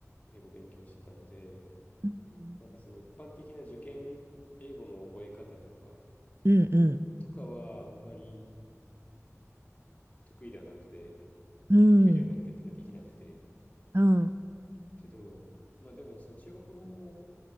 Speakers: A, on the left; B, on the right.
A: 英語勉強してたので、
B: うん。
A: なんかその一般的な受験英語の覚え方とか、
B: うんうん。
A: とかはあんまり得意ではなくて、
B: うん。
A: 得意ではなくてっていうかできなくて、
B: うん。
A: けど、まあでもその中国語も